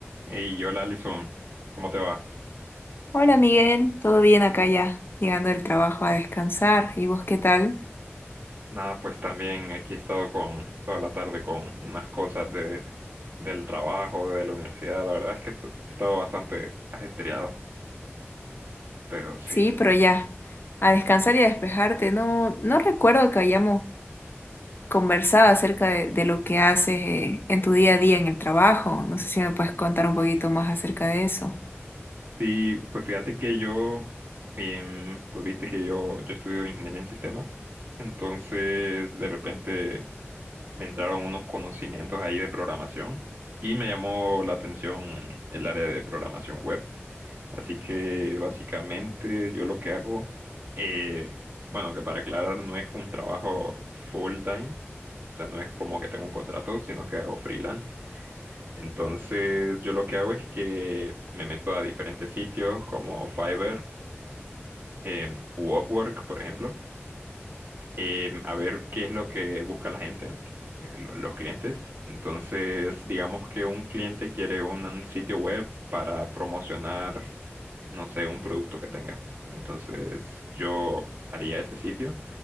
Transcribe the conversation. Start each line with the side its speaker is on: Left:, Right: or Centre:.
Right: Y hola Alison, ¿cómo te va?
Left: Hola Miguel, ¿todo bien acá ya? Llegando del trabajo a descansar. ¿Y vos qué tal?
Right: Nada, pues también aquí he estado con toda la tarde con unas cosas de del trabajo, de la universidad. La verdad es que est- he estado bastante ajetreado, pero sí.
Left: Sí, pero ya, a descansar y a despejarte. No, no recuerdo que hayamos conversado acerca de, de lo que haces eh, en tu día a día en el trabajo. No sé si me puedes contar un poquito más acerca de eso.
Right: Sí, pues fíjate que yo, em, pues viste que yo, yo estudio ingeniería en sistemas. Entonces, de repente me entraron unos conocimientos ahí de programación y me llamó la atención el área de programación web. Así que básicamente yo lo que hago, eh, bueno, que para aclarar no es un trabajo full time, o sea, no es como que tengo un contrato, sino que hago freelance. Entonces yo lo que hago es que me meto a diferentes sitios como Fiverr, em, u Upwork, por ejemplo eh, a ver qué es lo que busca la gente, eh, lo- los clientes. Entonces, digamos que un cliente quiere un, un sitio web para promocionar, no sé, un producto que tenga. Entonces, yo haría ese sitio